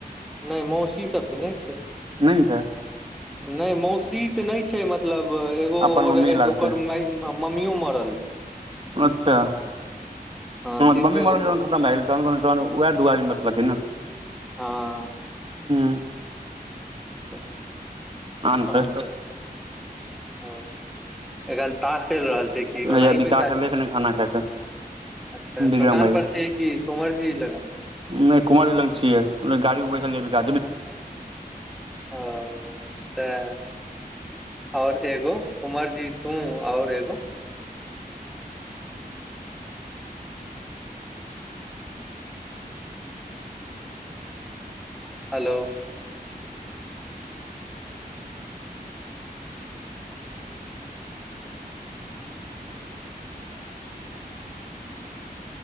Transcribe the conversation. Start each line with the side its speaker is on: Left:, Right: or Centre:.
Centre: नय मौसी सब तऽ नय छै
Right: नय ने छय
Centre: नय मौसी तऽ नय छै मतलब एगो
Right: अपन
Centre: ओ
Right: मम्मी
Centre: रहे
Right: लागतै
Centre: त ओकर मम्मियो मरल <inaudible>
Right: अच्छा हँ
Centre: सिर्फ
Right: तऽ मम्मी
Centre: एगो
Right: मरन खतम भए गेलै तहन को तह ओएह दु आदमी बचलखिन न
Centre: हँ
Right: हू
Centre: <inaudible>
Right: आन
Centre: तहन
Right: छै
Centre: तऽ आ एखन तास चैल रहल छै कि
Right: हैया
Centre: ओनाही
Right: विकास
Centre: बैसारी
Right: एलै कनि खाना खा कऽ
Centre: अच्छा
Right: विक्रम
Centre: दुकान पर छीय कि कुवर जी लगन
Right: नय कुवर जी लंग छिय <unintelligible> गाड़ी बैसा
Centre: ओ सेह ओर एगो कुमरजी तू ओर एगो हेलो